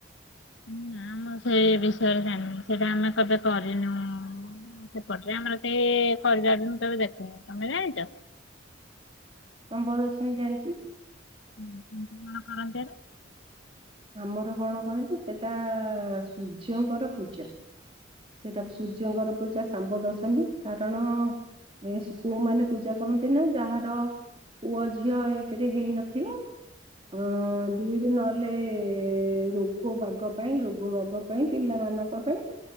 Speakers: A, on the left; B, on the right.
A: ନା ଆମେ ସେଇ ବିଷୟରେ ଜାଣିନୁ ସେଇଟା ଆମେ କେବେ କରିନୁ। ସେପଟରେ ଆମର ସେଇ ଶମ୍ବ ଦଶମି ଦେଖିନି ତମେ ଜାଣିଛ?
B: ଶମ୍ବ ଦଶମୀ ଜାଣିଛି।
A: <unintelligible> କଣ କରନ୍ତି?
B: ଆମର କଣ କହିଲେ ସେଇଟା ସୂର୍ଯ୍ୟଙ୍କର ପୂଜା। ସେଇଟା ସୂର୍ଯ୍ୟଙ୍କର ପୂଜା। ଶାମ୍ବ ଦଶମୀ କାରଣ ଏ ପୁଅମାନେ ପୂଜା କରନ୍ତି ନା ଯାହାର ପୁଅ ଝିଅ ଏକରେ ହେଇନଥିବ ଅ ଦୁଇରେ ନହେଲେ ରୋଗ ବାଗ ପାଇଁ ରୋଗ ବାଗ ପାଇଁ ପିଲାମାନଙ୍କ ପାଇଁ